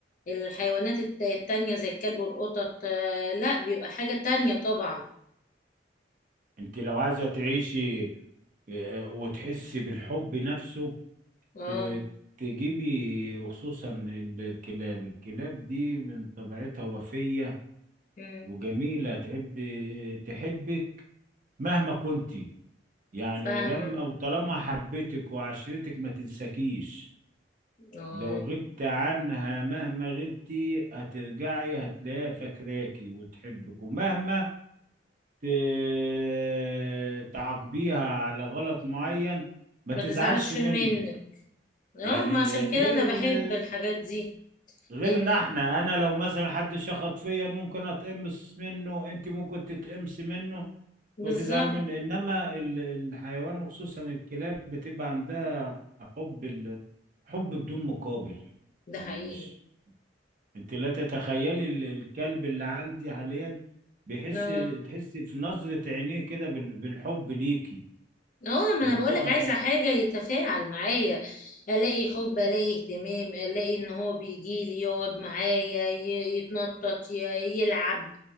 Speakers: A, on the left; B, on the right.
A: الحيوانات الت- التانية زي الكلب والقطط آه، لا بيبقى حاجه تانية طبعا
B: انت لو عايزة تعيشي آه، آه، وتحسي بالحب نفسه
A: اه
B: ت- تجيبي وخصوصا ال- الكلاب الكلاب دي من طبيعتها وفية
A: مم،
B: وجميلة تحب آه، تحبك مهما كنت يعني
A: فاهمه
B: ولما وطالما حبتك وعشرتك ما تنساكيش
A: اه
B: لو غبت عنها مهما غبتي هترجعي هتلاقيها فاكراكي وتحبك ومهما ت- تعاقبيها على غلط معين ما
A: ما
B: تزعلش
A: تزعلش
B: مني
A: منك
B: يعني
A: اه ما عشان كده
B: غير
A: انا بحب
B: ال
A: الحاجات دي
B: غير
A: يعني
B: ان احنا انا لو مثلا حد شخط فيا ممكن اتقمص منه انت ممكن تتقمص منه
A: بالظبط
B: وتزعل منه انما ال- الحيوان وخصوصا الكلاب بتبقى عندها حب ال... حب بدون مقابل
A: ده
B: يعني
A: حقيقي
B: مش انت لا تتخيلي ال- الكلب اللي عندي حاليا بيحس
A: اه
B: تحسي في نظرة عينيه كده بال- بالحب ليكي
A: اه ما
B: وان
A: انا بقولك
B: هو
A: عايزة حاجة يتفاعل معايا الاقي حب الاقي اهتمام الاقي ان هو بيجي لي يقعد معايا ي- يتنطط ي- يلعب